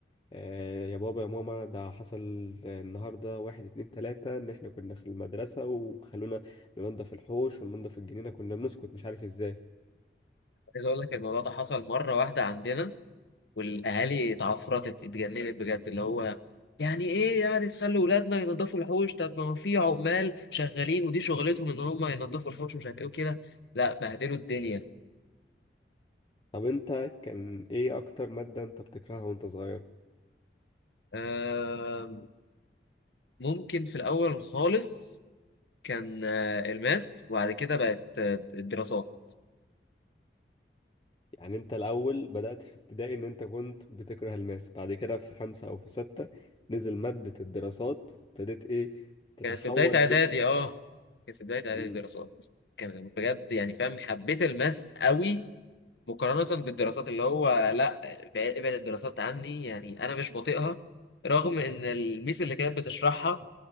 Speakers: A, on the left; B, on the left.
A: آه، يا بابا يا ماما ده حصل النهاردة واحد اتنين تلاتة إن إحنا كنا في المدرسة وخلونا ننضف الحوش وننضف الجنينة كنا بنسكت مش عارف إزاي
B: عايز اقول لك الموضوع ده حصل مره واحده عندنا والاهالي اتعفرتت اتجننت بجد اللي هو يعني ايه يعني تخلي ولادنا ينظفوا الحوش طب ما في عمال شغالين ودي شغلتهم ان هم ينظفوا الحوش ومش عارف ايه وكده لا بهدلوا الدنيا
A: طب أنت كان إيه أكتر مادة أنت بتكرهها وأنت صغير؟
B: آم، ممكن في الاول خالص كان آه، الماس وبعد كده بقت آه، الدراسات
A: يعني أنت الأول بدأت في ابتدائي إن أنت كنت بتكره الماس بعد كده في خمسة أو في ستة نزل مادة الدراسات ابتديت إيه تتحول
B: كانت في بداية اعدادي
A: من
B: اه كانت في بداية اعدادي
A: مم.
B: الدراسات كان بجد يعني فاهم حبيت الماس قوي مقارنة بالدراسات اللي هو لا ابعد ابعد الدراسات عني يعني أنا مش بطيقها رغم إن الميس اللي كانت بتشرحها